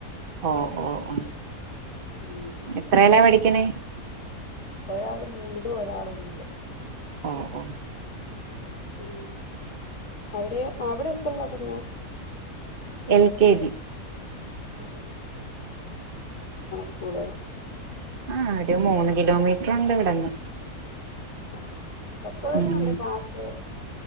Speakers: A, on the right; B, on the left.
A: ഓ ഓ ഓ
B: ഉം
A: എത്രല്ലാ പഠിക്കണേ
B: ഒരാൾ മൂന്നിലോ ഒരാൾ ഒന്നിലോ
A: ആഹ ആഓ
B: ഉ അവിടെ അവിടെ എത്രുള്ളാ കുഞ്ഞ
A: എൽ കെ ജി
B: ഓ ഇവിടെ ഓ
A: ആഹ ഒരു മൂന്ന് കിലോമീറ്റർണ്ട് ഇവിടെന്ന്
B: ആ എപ്പ വരെ
A: ഉം
B: ഉണ്ട് പാസ്